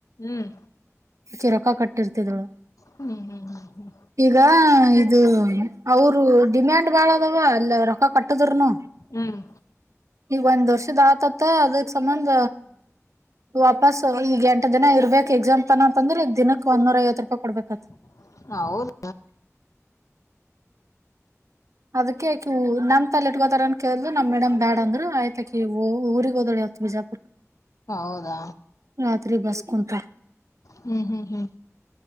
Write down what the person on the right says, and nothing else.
ಕಿ ರೊಕ ಕಟ್ಟಿರ್ತಿದಳು
ಈಗ ಇದು ಅವರು ಡಿಮ್ಯಾಂಡ್ ಬಾಳ ಅಲ್ಲ ರೊಕ್ಕ ಕಟ್ಟದ್ರನು
ಈಗ ಒಂದ್ ವರ್ಷದ ಆತತ್ತ ಅದ ಸಂಬಂಧ ವಾಪಾಸ್ ಈ ಎಂಟು ದಿನ ಇರ್ಬೇಕಕ್ ಎಕ್ಸಾಮ್ ತನ ಅಂತಂದ್ರೆ ದಿನಕ್ ಒಂದೂರ ಐವತ್ತು ರೂಪಾಯಿ ಕೊಡ್ಬೇಕತ್
ಅದಕಕಿ ನಮ ತಲೆ ಇಟ್ಕೋತಾರನ್ ಕೇಳ್ದ ನಮ್ಮ ಮೇಡಮ್ ಬ್ಯಾಡ ಅಂದ್ ಆಯ್ತಾಕಿ ಊರಿಗೆಗ್ ದೋಡಿ ಬಿಜಾಪು
ರತ್ರಿ ಬಸ್ಕಂತಾ